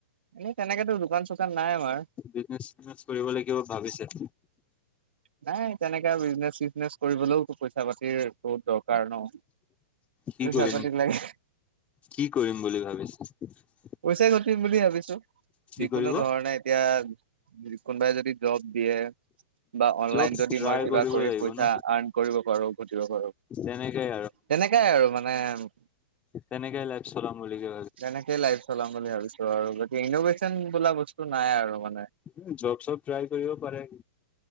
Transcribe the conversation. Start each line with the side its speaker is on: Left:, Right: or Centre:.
Right: এনেই তেনেকেতো দোকান চোকান নাই আমাৰ।
Left: বিজনেছ চিজনেছ কৰিবলে কিবা ভাবিছে।
Right: নাই তেনেকে বিজনেচ চিজনেচ কৰিবলও পইচা পাতিৰ বহুত দৰকাৰ ন।
Left: কি
Right: পৈচা
Left: কৰিম
Right: পাতি লাগে।
Left: কি কৰিম বুলি ভাবিছে। <unintelligible>
Right: পইচা ঘটিম বুলি ভাবিছো
Left: কি
Right: যিকোনো
Left: কৰিব
Right: ধৰণে এতিয়া - কোন বাই যদি দব দিয়ে- বা অনলাইন
Left: জব
Right: যদি
Left: ট্ৰাই
Right: মই কিবা
Left: কৰিব
Right: কৰি
Left: লাগিব
Right: পইচা
Left: ন
Right: আৰ্ণ কৰিব পাৰো ঘতিব পাৰো-
Left: তেনেকাই
Right: তেনেকাই আৰু মানে-
Left: তেনেকেই লেপ- চলায় মুলিগে।
Right: তেনেকেই লাইফ চলাম বুলি ভাবিছো আৰু গতি ইনভেশচন বোলা বস্তুটো নাই আৰু মানে।
Left: উম' জব চব ট্ৰাই কৰিব পাৰে।